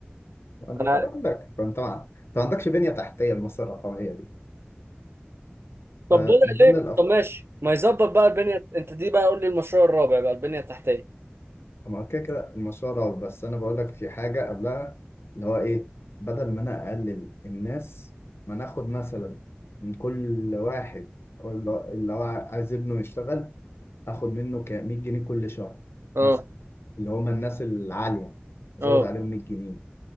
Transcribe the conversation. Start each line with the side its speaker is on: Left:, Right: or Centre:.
Left: انا بقول
Right: انا عارف
Left: لك فانت ما انت ما عندكش بنية تحتية لمصر الرقمية دي
Right: طب
Left: فمن
Right: بدأ
Left: ضمن
Right: ليه
Left: الافكار
Right: طب ماشي ما يظبط بقى البنيه انت دي بقى قول لي المشروع الرابع بقى البنيه التحتيه
Left: ما كده كده المشروع رعب بس انا بقول لك في حاجه قبلها اللي هو ايه بدل ما انا اقلل الناس ما ناخد مثلا من كل واحد ولا- اللي اللي هو عايز ابنه يشتغل اخد منه ك 100 جنيه كل شهر
Right: اه
Left: مثلا اللي هم الناس العاليه ازود
Right: اه
Left: عليهم 100 جنيه